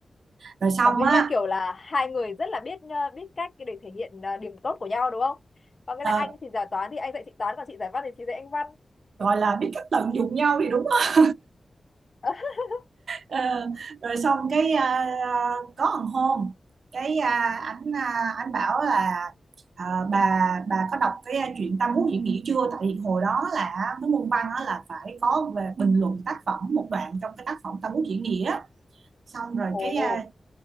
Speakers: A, on the right; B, on the left.
A: rồi xong
B: có nghĩa
A: á
B: là kiểu là hai người rất là biết ờ, biết cách để thể hiện ờ, điểm tốt của nhau đúng không có nghĩa
A: ờ,
B: là anh thì giải toán thì anh dạy chị toán còn chị giải văn thì chị dạy anh văn
A: gọi là biết cách tận dụng nhau thì đúng không
B: <laughs>
A: Ờ, rồi xong cái ờ, có một hôm cái ờ, anh ờ, anh bảo là ờ, bà bà có đọc cái chuyện Tam Quốc diễn nghĩa chưa tại vì hồi đó là cái môn văn là phải có về bình luận tác phẩm một đoạn trong cái tác phẩm Tam Quốc diễn nghĩa xong rồi
B: Ồ,
A: cái à,